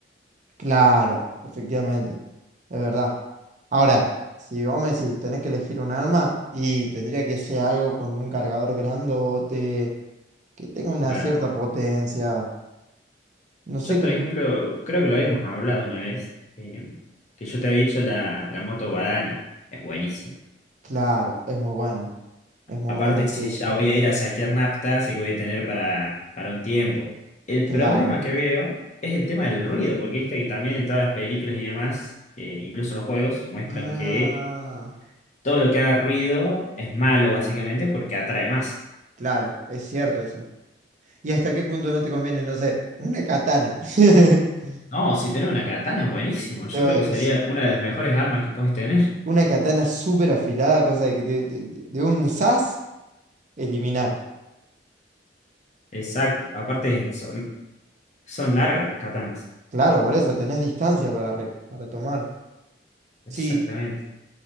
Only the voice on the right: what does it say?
Claro, efectivamente, es verdad. Ahora, si vos me decís, tenés que elegir un arma y tendría que ser algo con un cargador grandote, que tenga una
cierta potencia. No
sé
qué...
Claro, es muy buena, es muy
buena,
sí.
Claro.
Ah,
claro, es cierto eso. ¿Y hasta qué punto no te conviene, no sé, una katana? <laughs>
Eh,
es
Una katana súper afilada, cosa de que te- te- te- de un sas, eliminar.
Claro, por eso tenés distancia para, re- para tomar.
Sí,